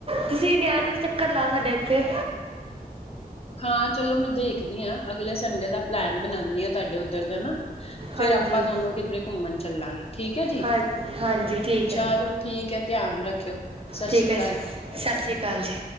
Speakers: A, on the right; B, on the left.
A: ਤੁਸੀਂ ਨੀ ਆਯੇ, ਤੁਸੀਂ ਚੱਕਰ ਲਾਓ ਸਾਡੇ ਇੱਥੇ
B: ਹਾਂ ਚਲੋ ਮੈਂ ਦੇਖਦੀ ਹਾਂ ਅਗਲੇ ਸੰਡੇ ਦਾ ਪਲੈਨ ਬਣਾਉਂਦੀ ਹਾਂ ਤੁਹਾਡੇ ਉੱਧਰ ਦਾ ਨਾ। ਫੇਰ
A: ਹਾਂਜੀ
B: ਆਪਾਂ ਦੋਨੋ ਕਿੱਧਰੇ ਘੁੰਮਣ ਚੱਲਾਂਗੇ, ਠੀਕ ਹੈ ਜੀ
A: ਹਾਂ ਹਾਂਜੀ ਠੀਕ ਹੈ
B: ਚਲੋ ਠੀਕ ਹੈ, ਧਿਆਨ ਰੱਖਿਓ, ਸਤਿ
A: ਠੀਕ
B: ਸ੍ਰੀ ਅਕਾਲ
A: ਹੈ ਸਤਿ ਸ੍ਰੀ ਅਕਾਲ ਜੀ